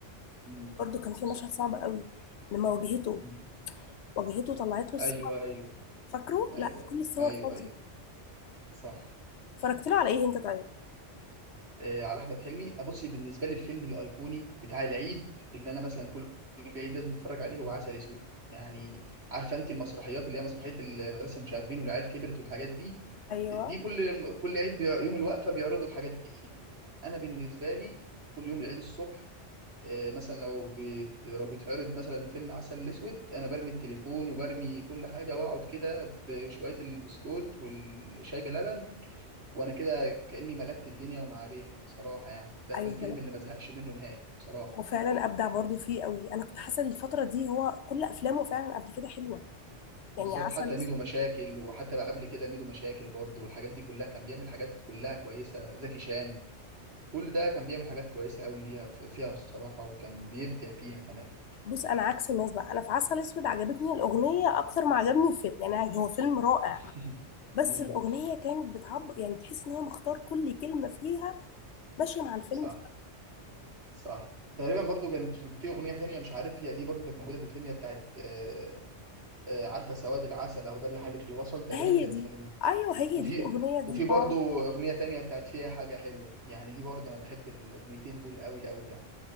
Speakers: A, on the right; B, on the left.
A: مم.
B: برضو كان في
A: صح
B: مشهد صعب قوي لما واجهته
A: مم.
B: واجهته طلعت له الصور
A: ايوه ايوه
B: فاكره؟
A: ايوه
B: لا
A: ايوه
B: كل الصور
A: ايوه,
B: فاضية
A: أيوة. صح
B: اتفرجت له على إيه أنت طيب؟
A: آه، على احمد حلمي بصي بالنسبه لي الفيلم الايقوني بتاع العيد اللي انا مثلا كل العيد لازم اتفرج عليه هو عسل اسود يعني عارفه انت المسرحيات اللي هي مسرحيه المدرسه المشاغبين والعيال كبرت والحاجات دي
B: أيوه
A: دي كل كل عيد بي... يوم الوقفه بيعرضوا الحاجات دي انا بالنسبه لي كل يوم العيد الصبح آه، مثلا لو بيت... لو بيتعرض مثلا فيلم عسل اسود انا برمي التليفون وبرمي كل حاجه واقعد كده بشويه البسكوت والشاي بلبن وانا كده كاني ملكت الدنيا وما عليها بصراحه يعني ده
B: أيوه
A: الفيلم
B: لا
A: اللي ما زهقش منه نهائي بصراحه
B: وفعلا أبدع برضو فيه قوي أنا كنت حاسة إن الفترة دي هو كل أفلامه فعلا قبل كده حلوة يعني
A: بالظبط
B: عسل
A: حتى ميدو مشاكل وحتى بقى قبل كده ميدو مشاكل برضه والحاجات دي كلها كان بيعمل حاجات كلها كويسه زكي شان كل ده كان بيعمل حاجات كويسه قوي ليها فيها بصراحه وكان بيبدع فيها كمان
B: بص انا عكس الناس بقى انا في عسل اسود عجبتني الاغنيه اكتر ما عجبني الفيلم يعني هو فيلم رائع
A: <laughs>
B: بس
A: امم
B: الاغنيه كانت بتعبر يعني تحس ان هو مختار كل كلمه فيها ماشيه مع الفيلم
A: صح صح تقريبا برضو كانت في اغنيه ثانيه مش عارف هي دي برضو كانت موجوده في الفيلم هي بتاعت آه، آه، عارفه سواد العسل اهو ده اللي حالك لي وصل تقريبا
B: هي
A: كانت
B: دي
A: في
B: ايوه هي
A: وفي
B: دي الاغنيه
A: وفي
B: دي
A: برضو
B: اه
A: اغنيه تانية بتاعت فيها حاجه حلوه يعني دي برضو انا بحب الاغنيتين دول قوي قوي يعني